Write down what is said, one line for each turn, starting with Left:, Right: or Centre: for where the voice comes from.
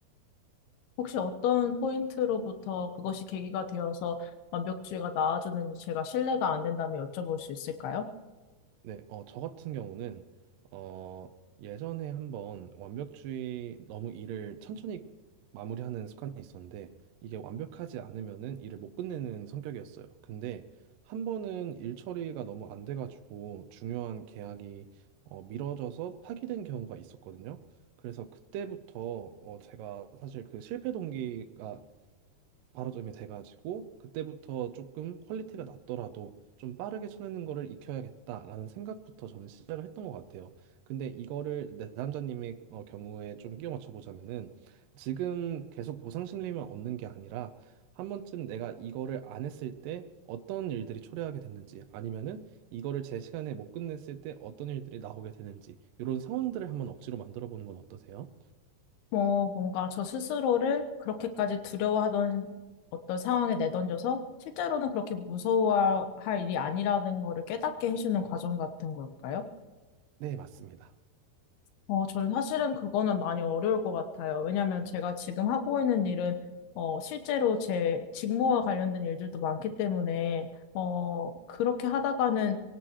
Left: 혹시 어떤 포인트로부터 그것이 계기가 되어서 완벽주의가 나아졌는지 제가 신뢰가 안 된다면 여쭤볼 수 있을까요?
Right: 네, 어, 저 같은 경우는 어, 예전에 한번 완벽주의 너무 일을 천천히 마무리하는 습관이 있었는데 이게 완벽하지 않으면은 일을 못 끝내는 성격이었어요. 근데 한 번은 일 처리가 너무 안 돼가지고 중요한 계약이 어, 미뤄져서 파기된 경우가 있었거든요. 그래서 그때부터 어, 제가 사실 그 실패 동기가 바로점이 돼가지고 그때부터 조금 퀄리티가 낮더라도 좀 빠르게 쳐내는 거를 익혀야겠다라는 생각부터 저는 시작을 했던 것 같아요. 근데 이거를 내 남자님의 어, 경우에 좀 끼워 맞춰보자면은 지금 계속 보상 심리만 얻는 게 아니라 한 번쯤 내가 이거를 안 했을 때 어떤 일들이 초래하게 됐는지 아니면은 이거를 제 시간에 못 끝냈을 때 어떤 일들이 나오게 되는지 이런 상황들을 한번 억지로 만들어 보는 건 어떠세요?
Left: 뭐, 뭔가 저 스스로를 그렇게까지 두려워하던 어떤 상황에 내던져서 실제로는 그렇게 무서워할 일이 아니라는 거를 깨닫게 해주는 과정 같은 걸까요?
Right: 네, 맞습니다.
Left: 어, 저는 사실은 그거는 많이 어려울 것 같아요. 왜냐하면 제가 지금 하고 있는 일은 어, 실제로 제 직무와 관련된 일들도 많기 때문에 어, 그렇게 하다가는